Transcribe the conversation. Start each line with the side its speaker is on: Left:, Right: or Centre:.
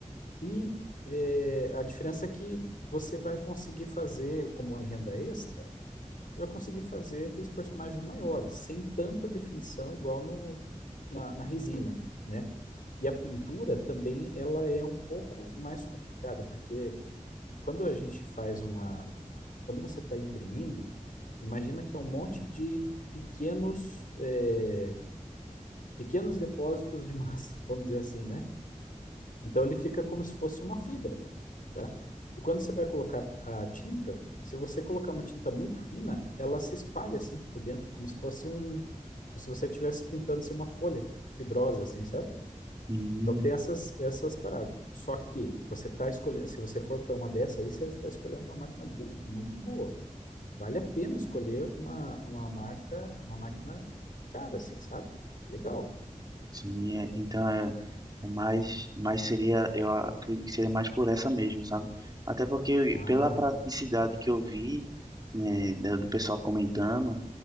Left: E eh, a diferença é que você vai conseguir fazer, como em renda extra, você vai conseguir fazer aqueles personagens maiores, sem tanta definição igual no, na, na resina, né? E a pintura também, ela é um pouco mais complicada, porque quando a gente faz uma... Quando você está imprimindo, imagina que é um monte de pequenos, eh, pequenos depósitos de massa, <laughs> vamos dizer assim, né? Então ele fica como se fosse uma fibra, tá? E quando você vai colocar a tinta, se você colocar uma tinta muito fina, ela se espalha assim por dentro, como se fosse um, como se você estivesse pintando assim, uma folha fibrosa, assim, sabe?
Right: Hum.
Left: Então tem essas essas paradas. Só que você está escolhendo, se você for para uma dessa aí, você está escolhendo uma máquina bo- muito boa. Vale a pena escolher uma, uma marca, uma máquina cara, assim, sabe? Legal.
Right: Sim, é- então é, é mais, mais seria, eu acredito que seria mais por essa mesmo, sabe? Até porque eu-
Left: Ah,
Right: pela praticidade que eu vi, né, da- do pessoal comentando